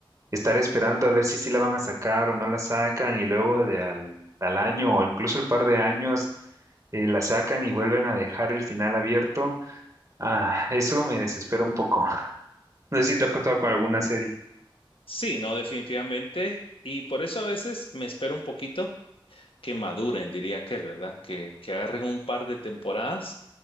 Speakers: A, on the right (about 35°); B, on the left (about 80°).
A: estar esperando a ver si sí la van a sacar o no la sacan y luego de al, al año o incluso el par de años eh, la sacan y vuelven a dejar el final abierto, ah, eso me desespera un poco. <laughs> No sé si te ha pasado con alguna serie.
B: Sí, no, definitivamente. Y por eso a veces me espero un poquito que maduren, diría aquel, ¿verdad? Que, que agarren un par de temporadas.